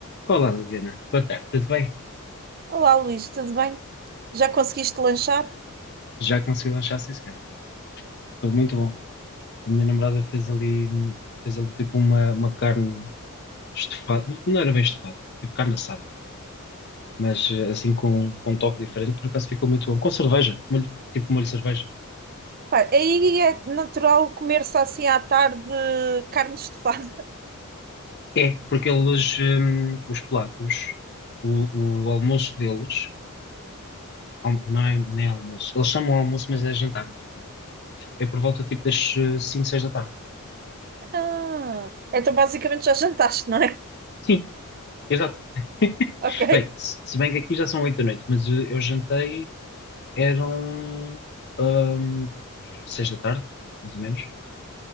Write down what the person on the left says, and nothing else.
Olá, Liliana. Boa tarde, tudo bem?
Já consegui lanchar, sim, senhora. Foi muito bom. A minha namorada fez ali, fez ali tipo uma, uma carne estufada. Não era bem estufada, tipo carne assada. Mas eh, assim com, com um toque diferente, por acaso ficou muito bom. Com cerveja, molho- tipo molho de cerveja.
É, porque eles, hum, os polacos, o, o almoço deles, al- não é, nem é almoço. Eles chamam almoço, mas é jantar, na realidade. É por volta tipo das eh, 5, 6 da tarde.
Sim, exato.
Bem, se se bem que aqui já são oito da noite, mas eh, eu jantei Eram ahm, seis da tarde, mais ou menos.